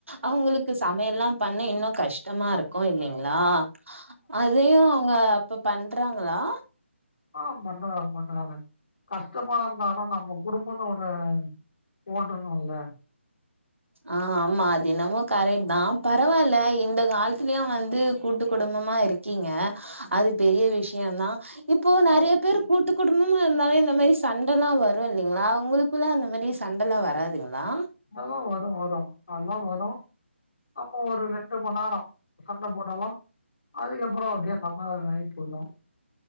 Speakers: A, on the right (about 70°); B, on the left (about 50°).
A: அவங்களுக்கு சமையல்லா பண்ண இன்னு கஷ்டமா இருக் கு இல்லைங்ளா அதையு அவுங்க அப்ப பண்றாங்களா
B: ஆ பண்ணுறாங்க பண்ணுறாங்க கஷ்டமா இருந்தாலு நம்ம குடும்பனு ஒன்னு ஓட்டணுல்ல
A: ஆ ஆமா அதென்னமோ கரெக்ட் தா பரவால்ல இந்த காலத்துலயு வந்து கூட்டு குடும்பமா இருக் கீங்க அது பெரிய விஷ்யந்தா இப்போ நெறய பேர் கூட்டு குடும்பமா இருந்தாவே இந்த மாயி சண்டலா வரு இல்லைங்ளா உங்களுக் குல அந்த மாரி சண்டலா வராதுங்ளா
B: அதெல்லா வரு வரு ஆனா வரு அப்ப ஒரு ரெண்டு மண் நேரோ சண்ட போட்டாலு அதுக்கப்றோ அப்டியே சமாதானம் ஆயி போயிடு